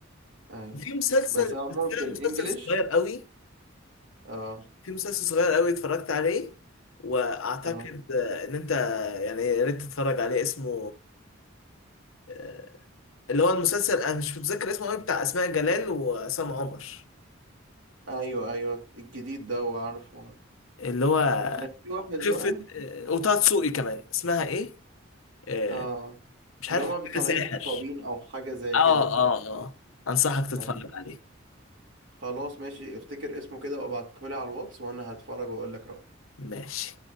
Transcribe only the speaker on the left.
في مسلسل
بس ده
مسلسل صغير قوي
في مسلسل صغير قوي اتفرجت عليه واعتقد
آه، ان انت يعني يا ريت تتفرج عليه اسمه آه، اللي هو المسلسل انا مش متذكر اسمه قوي بتاع اسماء جلال وعصام عمر
اللي هو
خفة
آه، وطه دسوقي كمان اسمها ايه آه،
مش
عارف
حاجة
ساحر
اه
اه اه انصحك تتفرج
عليه
ماشي